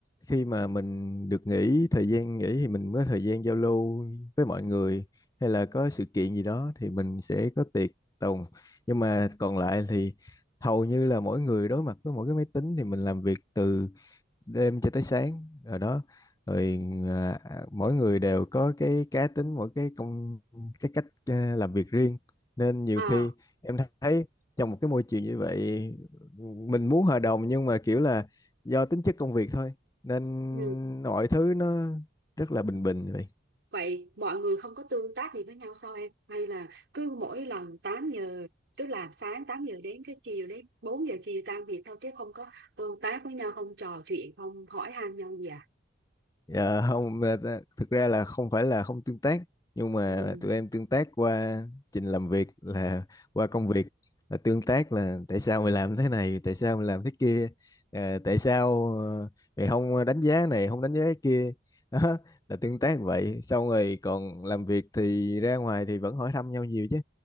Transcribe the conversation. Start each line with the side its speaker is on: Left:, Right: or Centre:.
Left: khi mà mình được nghỉ thời gian nghỉ thì mình mới có thời gian giao lưu với mọi người hay là có sự kiện gì đó thì mình sẽ có tiệc tùng nhưng mà còn lại thì hầu như là mỗi người đối mặt với mỗi cái máy tính thì mình làm việc từ đêm cho tới sáng rồi đó rồi à, mỗi người đều có cái cá tính mỗi cái công cái cách à, làm việc riêng nên nhiều
Right: à
Left: khi em thấy trong một cái môi trường như vậy mình muốn hòa đồng nhưng mà kiểu là do tính chất công việc thôi nên
Right: ừ.
Left: mọi thứ nó rất là bình bình vậy
Right: vậy mọi người không có tương tác gì với nhau sao em hay là cứ mỗi lần tám giờ cứ làm sáng 8 giờ đến cái chiều đến 4 giờ chiều tan việc thôi chứ không có tương tác với nhau không trò chuyện không hỏi han nhau gì à
Left: Dạ không ờ, ta- thực ra là không phải là không tương tác nhưng mà
Right: ừ.
Left: tụi em tương tác qua trình làm việc là qua công việc là tương tác là tại sao mày làm thế này tại sao mày làm thế kia ờ, tại sao ờ, mày không đánh giá này không đánh giá cái kia đó là tương tác vậy xong rồi còn làm việc thì ra ngoài thì vẫn hỏi thăm nhau nhiều chứ